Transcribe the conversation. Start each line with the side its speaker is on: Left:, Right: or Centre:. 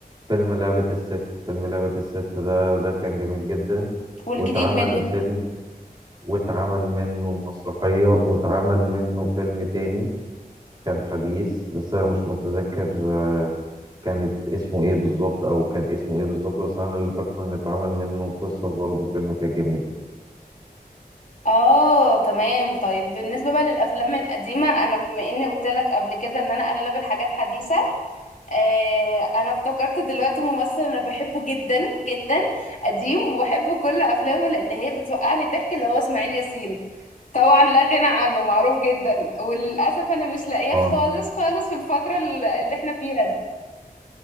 Right: فيلم لعبة الست فيلم لعبة الست ده ده كان جميل جدا
Left: والجديد
Right: واتعمل
Left: منه
Right: فيلم واتعمل منه مسرحية واتعمل منه فيلم تاني كان حديث بس أنا مش متذكر آه كانت اسمه ايه بالظبط او كان اسمه ايه بالظبط بس انا اللي فاكره ان اتعمل منه قصة برضه فيلم كان جميل
Left: اه تمام طيب بالنسبة بقى للافلام القديمة انا بما اني قلت لك قبل كده ان انا اغلب الحاجات حديثة آه انا افتكرت دلوقتي ممثل انا بحبه جدا جدا قديم وبحب كل افلامه لان هي بتوقعني ضحك اللي هو اسماعيل ياسين طبعا لا غنى عنه معروف جدا وللاسف انا مش لاقيه
Right: اه
Left: خالص خالص في الفترة اللي اللي احنا فيها دي